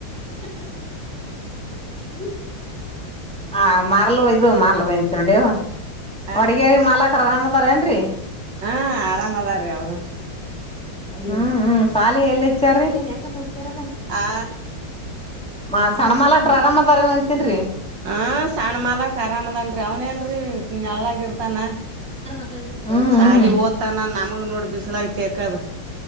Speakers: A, in the centre; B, on the right.
A: <unintelligible> ಹ ಮಾರ್ಲ್ಯವ ಇದು ಮಾರ್ಲ್ವೆ ಅಂತೀನಿ ನೋಡೆಯವ
B: ಆ
A: ಒಡಗೇರಿ ಮಾಲಕ್ರ ಆರಾಮ್ ಅದರ ಏನ್ರಿ.
B: ಹಾ ಆರಾಮ್ ಅದಾರೀ ಅವ್ರು.
A: ಹ್ಮ್ ಹ್ಮ್ ಶಾಲಿ ಎಲ್ಲಿ ಹಚ್ಚಾರೀ <unintelligible>
B: ಆ
A: ಮಾ ಸಣ್ಣ ಮಾಲಕ್ರ ಆರಾಮ್ ಅದರೇನ್ ಅಂತಿನ್ರೀ.
B: ಹ ಸಣ್ಣ ಮಾಲಾಕ್ ಆರಾಮದನ್ರಿ ಅವ್ನೇಏನ್ರರಿ ನೆಳ್ಳಾಗ ಇರ್ತಾನ.
A: ಹ್ಮ ಹ್ಮ್
B: ಅಲ್ಲಿ ಓದ್ತಾನ ನಮಗ್ ನೋಡ ಬಿಸಲಾಗ ತೇಕದ.